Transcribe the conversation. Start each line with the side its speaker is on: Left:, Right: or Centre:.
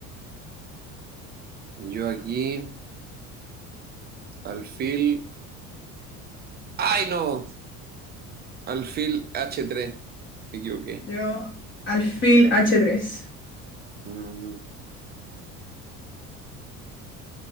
Right: yo aquí, alfil. ¡Ay, no! Alfil H3. Me equivoqué.
Left: Yo, alfil h tres
Right: Mm,